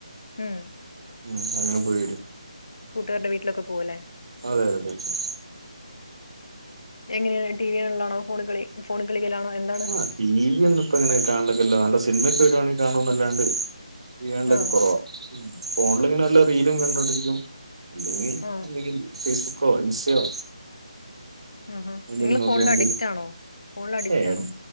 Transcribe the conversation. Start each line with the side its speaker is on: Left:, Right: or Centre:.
Left: ഉം
Right: ഉം അങ്ങനെ പോയി വരും.
Left: കൂട്ടുകാരുടെ വീട്ടിലൊക്കെ പോകൂലേ.
Right: അതെ അതെ പോയിട്ടു വരും
Left: എങ്ങനെയാണ് ടി വി കാണലാണോ ഫോണി കളിക്കലാണോ. എന്താണ്
Right: ആഹ് ടി വി ഒന്നും ഇപ്പൊ അങ്ങനെ കാണലില്ല നല്ല സിനിമയൊക്കെ വരുവാണെങ്കിൽ കാണോന്നല്ലാണ്ട്. ടി വി കാണലൊക്കെ
Left: ആ
Right: കുറവാ ഫോണിലിങ്ങനെ വല്ല റീലും കണ്ടോണ്ടിരിക്കും. അല്ലെങ്കിൽ
Left: ആ
Right: ഒന്നെങ്കിൽ ഫേസ്ബുക്കോ ഇൻസ്റ്റയോ.
Left: ആഹ് ഹാ
Right: എന്തെങ്കിലും
Left: നിങ്ങള്
Right: നോക്കിയാണെങ്കില്
Left: ഫോണിൽ അഡിക്റ്റ് ആണോ ഫോണിൽ അഡിക്റ്റ്
Right: ഏ
Left: ആണോ.